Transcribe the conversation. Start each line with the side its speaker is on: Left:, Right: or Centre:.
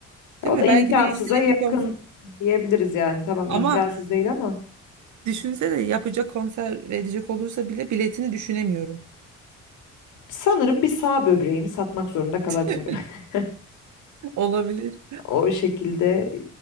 Right: Değil
Left: O
Right: mi?
Left: da imkansıza
Right: Belki değiştirir
Left: yakın
Right: bir konser.
Left: diyebiliriz yani. Tamam
Right: Ama
Left: imkansız değil ama.
Right: düşünsene yapacak konser verecek olursa bile biletini düşünemiyorum.
Left: Sanırım bir sağ böbreğimi satmak zorunda kalabilirim.
Right: <laughs>
Left: <laughs>
Right: Olabilir.
Left: O şekilde e,